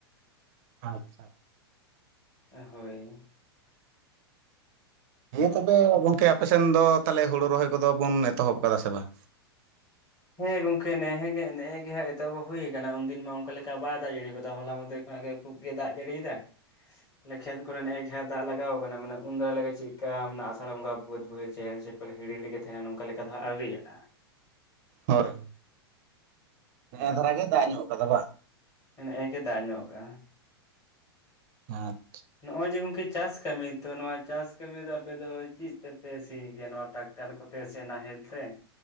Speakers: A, on the right; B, on the left.
A: ᱟᱪᱪᱷᱟ᱾
B: ᱮ ᱦᱳᱭ᱾
A: ᱦᱮᱸ ᱛᱚᱵᱮ ᱜᱚᱝᱠᱮ ᱟᱯᱮ ᱥᱮᱱ ᱫᱚ ᱛᱟᱦᱚᱞᱮ ᱦᱳᱲᱳ ᱨᱚᱦᱚᱭ ᱠᱚᱫᱚ ᱵᱚᱱ ᱮᱛᱚᱦᱚᱵ ᱠᱟᱫᱟ ᱥᱮ ᱵᱟᱝ?
B: ᱦᱮᱸ ᱜᱚᱝᱠᱮ ᱱᱮᱦᱮ ᱜᱮ ᱱᱮᱜᱼᱮ ᱜᱮ ᱦᱟ ᱮᱛᱚᱦᱚᱵᱚ ᱦᱩᱭ ᱠᱟᱱᱟ ᱩᱱᱫᱤᱱ ᱢᱟ ᱚᱱᱠᱟ ᱞᱮᱠᱟ ᱵᱟᱭ ᱫᱟᱜ ᱡᱟᱹᱲᱤᱣ ᱠᱟᱫᱟ ᱦᱚᱞᱟ ᱢᱟᱸᱫᱮᱨ ᱠᱷᱚᱱᱟᱜ ᱜᱮ ᱠᱷᱩᱵ ᱜᱮ ᱫᱟᱜ ᱡᱟᱹᱲᱤᱭ ᱮᱫᱟ᱾ ᱱᱮ ᱠᱷᱮᱛ ᱠᱚᱨᱮ ᱱᱮᱼᱮ ᱦᱟ ᱫᱟᱜ ᱞᱟᱜᱟᱣ ᱠᱟᱱᱟ ᱢᱟᱱᱮ ᱩᱱ ᱫᱟᱣ ᱞᱮᱠᱟ ᱪᱮᱜᱠᱟ ᱢᱟᱱᱮ ᱟᱥᱟᱲ ᱵᱚᱝᱜᱟ ᱵᱟᱹᱫ ᱵᱟᱭᱦᱟᱹᱲ ᱪᱮᱦᱮᱞ ᱪᱮ ᱵᱚᱞᱮ ᱦᱤᱲᱤᱦᱤᱲᱤ ᱜᱮ ᱛᱟᱦᱮᱱᱟ ᱱᱚᱝᱠᱟ ᱞᱮᱠᱟ ᱫᱚ ᱦᱟᱸᱜ ᱟᱹᱣᱨᱤᱭᱟᱜᱼᱟ᱾
A: ᱦᱳᱭ, ᱱᱮᱜᱼᱮ ᱫᱷᱟᱨᱟ ᱜᱮ ᱫᱟᱜ ᱧᱚᱜ ᱠᱟᱫᱟ ᱵᱟᱝ?
B: ᱱᱮᱼᱮ ᱜᱮ ᱫᱟᱜ ᱧᱚᱜ ᱠᱟᱜᱼᱟ᱾
A: ᱟᱸᱪ᱾
B: ᱱᱚᱜᱼᱚᱭ ᱡᱮ ᱜᱚᱝᱠᱮ ᱪᱟᱥ ᱠᱟᱹᱢᱤ ᱛᱚ ᱱᱚᱣᱟ ᱪᱟᱥ ᱠᱟᱹᱢᱤ ᱫᱚ ᱟᱯᱮ ᱫᱚ ᱪᱤᱫ ᱛᱮᱯᱮ ᱥᱤᱭ ᱜᱮᱭᱟ ᱱᱚᱣᱟ ᱴᱟᱠ ᱴᱟᱨ ᱠᱚᱛᱮ ᱥᱮ ᱱᱟᱦᱮᱞ ᱛᱮ?